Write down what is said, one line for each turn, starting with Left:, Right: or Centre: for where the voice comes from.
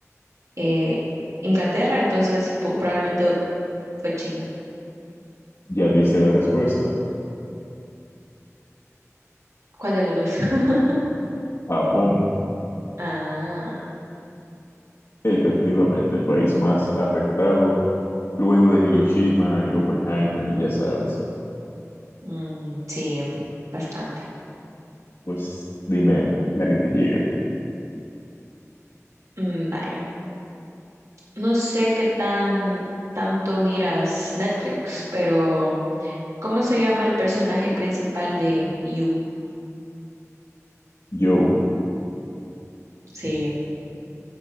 Right: eh, Inglaterra, entonces po- probablemente fue China.
Left: Ya diste la respuesta.
Right: ¿Cuál de los dos? <laughs>
Left: Japón,
Right: Ah.
Left: efectivamente, el país más afectado luego de Hiroshima y Oppenheimer, ya sabes.
Right: Mm, sí, bastante.
Left: Pues dime la que te llegue.
Right: Mm, vaya. No sé qué tan tanto miras Netflix, pero ¿cómo se llama el personaje principal de You?
Left: Joe,
Right: Sí,